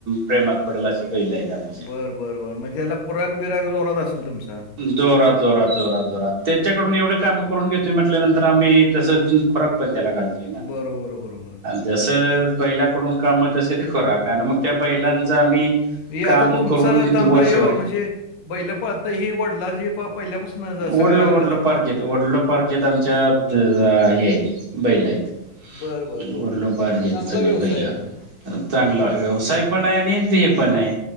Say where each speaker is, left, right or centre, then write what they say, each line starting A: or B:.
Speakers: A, on the right; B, on the left.
A: प्रेमात पडेल असे बैल आहेत. आमचे.
B: बरं बरं बरं मग त्याला पुराग बिरग जोरात असेल तुमचा?
A: जोरा जोरात. जोरात जोरात त्याच्याकडून एवढे काम करून घेतोय म्हटल्यानंतर आम्ही तसं खोराक पण त्याला घालतो. ते ना.
B: बरोबर, बरोबर.
A: जसं बैलाकडून काम तस खोराक आणि मग त्या बैलांच आम्ही
B: हे
A: काम
B: आता तुमचा
A: करून
B: धंदा
A: वर्षभर
B: यो, म्हणजे बैलं पाळता ही वढलाजी पहिल्यापासून- सगळ्या
A: ओढलो,
B: घरातनच?
A: ओढलोपार्जेत. ओढलोपार्जेत आमच्यात हे आहेत. बैला आहेत,
B: बरं, बरं, बरं,
A: वडलोपारजेत
B: बरं. चांगला
A: सगळ
B: व्यवसाय
A: बैल.
B: आहे मग.
A: <unintelligible> चांगला व्यवसाय पण आहे आणि हे पण आहे.